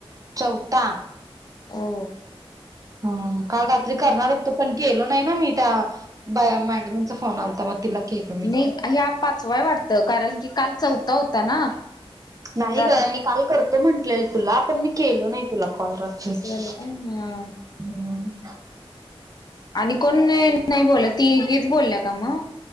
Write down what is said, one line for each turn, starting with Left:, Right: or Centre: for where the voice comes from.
Right: चौथा
Left: हो
Right: हम्म काल रात्री करणार होतो पण केलो नाही ना मी त्या मॅडमचा फोन आलता मग तिला केलो मी
Left: नाही ह पाचवा वाटतं कारण की काल चौथा होता. ना
Right: नाही
Left: रात्री
Right: ग मी काल करतो. करतो म्हंटलेल तुला आपण मी केलो नाही तुला कॉल रात्री
Left: असं
Right: हम्म
Left: झालं काय हा आणि कोण नाही बोलला तीच बोलल्या का मग